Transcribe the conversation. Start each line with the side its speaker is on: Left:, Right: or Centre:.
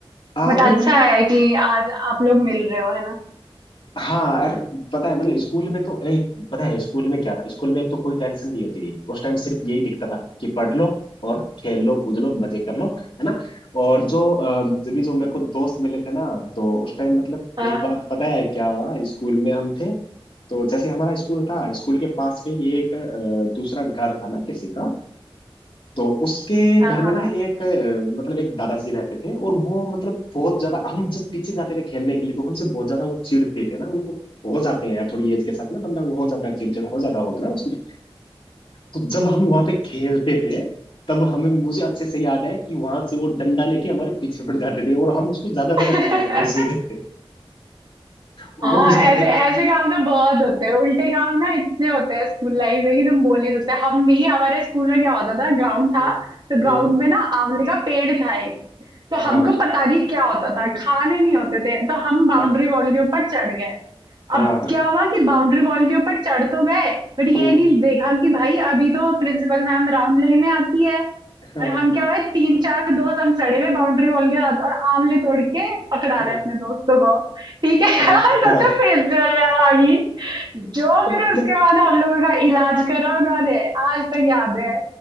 Left: आ
Right: बट अच्छा
Left: वो है
Right: है कि आज आप लोग मिल रहे हो है ना
Left: हाँ यार पता है मतलब स्कूल में तो एक पता है स्कूल में क्या था स्कूल में एक तो कोई टेंशन नहीं होती थी उस टाइम सिर्फ यही दिखता था कि पढ़ लो और खेल लो कूद लो मजे कर लो है ना और जो अ, जब भी जो मेरे को दोस्त मिले थे ना तो उस टाइम मतलब
Right: हाँ
Left: एक बात पता है क्या हुआ स्कूल में हम थे तो जैसे हमारा स्कूल था स्कूल के पास में ही एक अ, दूसरा घर था ना किसी का तो उसके
Right: हाँ
Left: घर
Right: हाँ
Left: में ना
Right: हाँ
Left: एक अ, मतलब एक दादाजी रहते थे और वो मतलब बहुत ज्यादा हम जब पीछे जाते थे खेलने के लिए तो हमसे बहुत ज्यादा वो चिढ़ते थे ना उनको हो जाते हैं यार थोड़ी एज के साथ ना बंदा वो हो जाता है चिड़चिड़ा हो जाता होगा ना उसमें तो जब हम वहां पे खेलते थे तब हमें मुझे अच्छे से याद है कि वहां से वो डंडा लेके हमारे पीछे पड़ जाते थे और हम उसको ज्यादा ज्यादा
Right: हाँ
Left: चिढ़ाते थे उसी वजह
Right: <laughs>
Left: से और
Right: हाँ
Left: वो मुझे
Right: ऐसे
Left: याद है
Right: ऐसे काम तो बहुत होते हैं उल्टे काम ना इतने होते हैं स्कूल लाइफ में कि तुम बोल ही नहीं सकते हम भी हमारे स्कूल में क्या होता था ग्राउंड था
Left: हम्म,
Right: तो ग्राउंड
Left: हम्म,
Right: में ना आंवले का पेड़ था एक तो
Left: हाँ
Right: हमको पता नहीं क्या होता था खाने नहीं होते थे तो हम बाउंड्री
Left: हाँ
Right: वॉल के ऊपर चढ़ गए
Left: हाँ
Right: अब क्या हुआ कि बाउंड्री वॉल के ऊपर चढ़ तो गए बट
Left: हम्म,
Right: ये नहीं देखा कि भाई अभी तो प्रिंसिपल मैम राउंड लेने आती है
Left: हाँ
Right: और हम क्या हुए तीन चार दोस्त हम चढ़े हुए बाउंड्री वॉल के साथ और आंवले तोड़ के पकड़ा
Left: हाँ
Right: रहे अपने दोस्तों को ठीक है
Left: हाँ
Right: <laughs> तब
Left: हाँ।
Right: तक फिर जयराम आ गई जो
Left: तो
Right: फिर उसके
Left: नहीं
Right: बाद हम लोगों का इलाज करा उन्होंने आज तक याद है